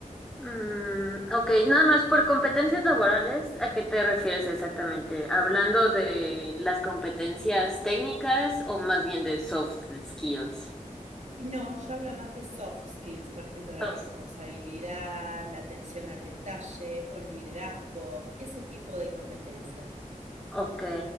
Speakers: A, in the centre; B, on the right.
A: Mm, ok, nada más por competencias laborales, ¿a qué te refieres exactamente? ¿Hablando de las competencias técnicas o más bien de soft skills?
B: Y No, yo hablo más de soft skills, por ejemplo, la
A: Soft.
B: responsabilidad, la atención al detalle o el liderazgo, ese tipo de competencias.
A: Ok,